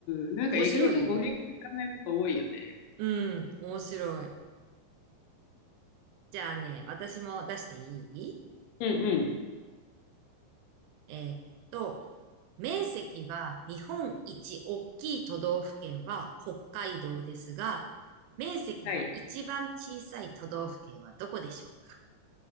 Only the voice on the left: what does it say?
んうん。なんか意外と語源知らないこと多いよね。
うんうん。
はい。